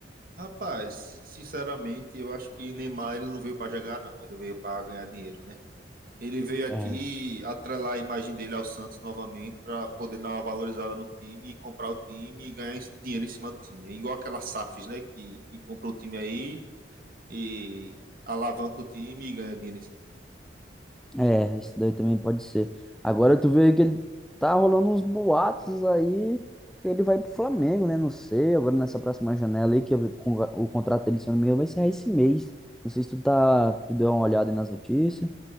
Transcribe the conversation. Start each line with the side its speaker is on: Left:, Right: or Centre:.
Right: Rapaz, sinceramente, eu acho que Neymar ele não veio para jogar, não. Ele veio para ganhar dinheiro, né? Ele veio aqui
Centre: É,
Right: atrelar a imagem dele ao Santos novamente para poder dar uma valorizada no time e comprar o time e ganhar esse dinheiro em cima do time. É igual aquelas SAFs, né? Que, que compra um time aí e alavanca o time e ganha dinheiro em cima.
Centre: é, isso daí também pode ser. Agora tu vê que ele tá rolando uns boatos aí que ele vai pro Flamengo, né? Não sei, agora nessa próxima janela aí, que eu- com- o contrato dele, se eu não me engano, vai ser esse mês. Não sei se tu tá, tu deu uma olhada aí nas notícias.